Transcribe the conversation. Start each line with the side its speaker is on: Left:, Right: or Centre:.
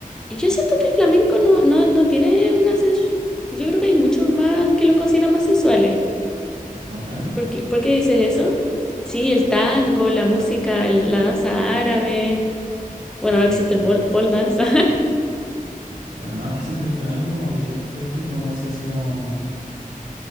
Centre: yo siento que el flamenco no, no, no tiene una sensu- Yo creo que hay muchos más que los consideran más sensuales.
Right: como el tango.
Centre: ¿Por qué, por qué dices eso? Sí, el tango, la música, el- la danza árabe. Bueno, ahora
Right: Mm.
Centre: existe el pole, pole dance.
Right: Claro, no, es que siento que el flamenco como que esta cuestión es como de música así como,